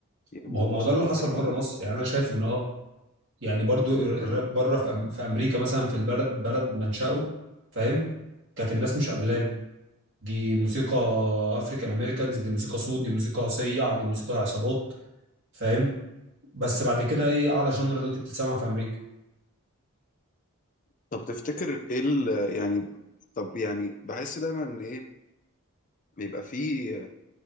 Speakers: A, on the left; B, on the right.
A: يبقوا
B: ما هو ما
A: وصلوا
B: هو ده اللي حصل
A: للحتة
B: بره
A: دي
B: مصر يعني انا شايف ان اه يعني برضه الر- الراب
A: مم.
B: بره في, أم... في امريكا مثلا في البلد بلد منشأه فاهم كانت الناس مش قابلاه
A: مم.
B: دي موسيقى افريكان امريكانز دي موسيقى سود دي موسيقى صيع دي موسيقى عصابات فاهم بس بعد كده ايه اعلى جنر دلوقتي بتتسمع في امريكا
A: طب تفتكر إيه ال... يعني طب يعني بحس دايما إن إيه بيبقى فيه